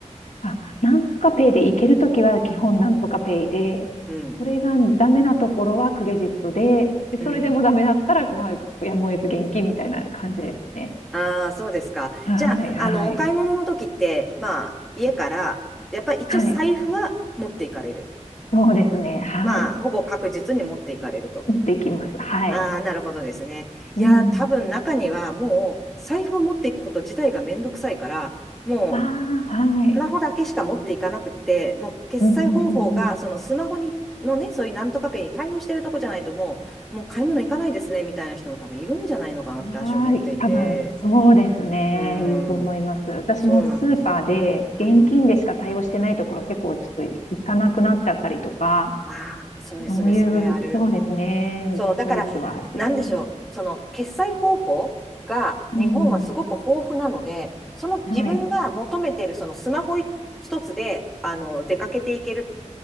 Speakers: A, on the left; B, in the centre.
A: あ、なんとかペイで行けるときは基本なんとかペイで、
B: うん、
A: それがダメなところはクレジットで、で、
B: うん。
A: それでもダメだったら、まあ、やむを得ず現金みたいな感じですね。
B: ああ、そうですか。
A: はい、
B: じゃあ、
A: はい、
B: あの、お買い物の時って、まあ、家から、やっぱり一応財布は持っていかれる。
A: はい。そうですね。はい。
B: まあ、ほぼ確実に持っていかれると。
A: 持っていきます。はい。
B: ああ、なるほどですね。
A: うん。
B: いやー、多分中にはもう財布を持っていくこと自体がめんどくさいから、もう
A: ああ、はい。
B: スマホだけしか持っていかなくって、もう決済方法がそのスマホに、
A: うん、うん、うん、
B: のね、そういうなんとかペイに対応してるとこじゃないともう、もう買い物行かないですね、みたいな人も多分いるんじゃないのかなって私は思っていて。
A: うん。はい。多分、そうですね。
B: うー
A: 言うと思います。
B: ん、
A: 私もスーパーで現金でしか対応してないところ結構ちょっと行かなくなっちゃったりとか、
B: そうなんですよ。うん。ああ、それそれそれある。
A: そういう、そうですね。
B: そう、だから、
A: チョイスはしてしまいます。
B: なんでしょう、その決済方法が日本はすごく豊富なので、
A: うん。
B: その自分が求めているそのスマホ一つであの出かけていける
A: はい。